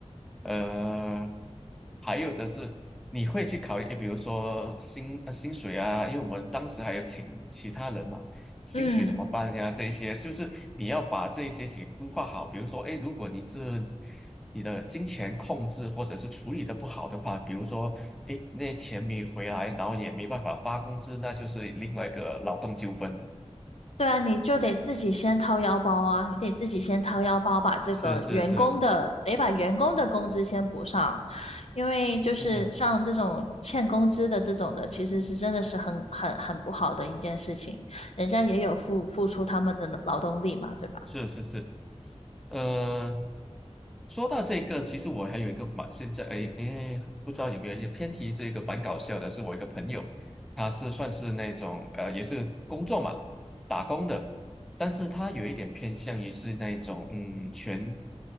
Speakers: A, in the centre; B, on the left (about 65°).
A: 呃，还有的是你会去考虑，诶，比如说薪呃薪水啊，因为我们当时还有请其他人嘛，薪水怎么办呀？
B: 嗯，
A: 这一些就是你要把这一些给规划好。比如说，诶，如果你是你的金钱控制或者是处理的不好的话，比如说，诶，那钱没回来，然后也没办法发工资，那就是另外一个劳动纠纷了。
B: 对啊，你就得自己先掏腰包啊，你得自己先掏腰包，把这个员工的，
A: 是是是，
B: 得把员工的工资先补上，因为就是像这种欠工资的这种的，
A: 嗯哼，
B: 其实是真的是很很很不好的一件事情，人家也有付付出他们的劳动力嘛，对吧？
A: 是是是。呃，说到这个，其实我还有一个蛮现在哎哎，不知道有没有一些偏题，这个蛮搞笑的，是我一个朋友，他是算是那种呃也是工作嘛，打工的，但是他有一点偏向于是那种嗯全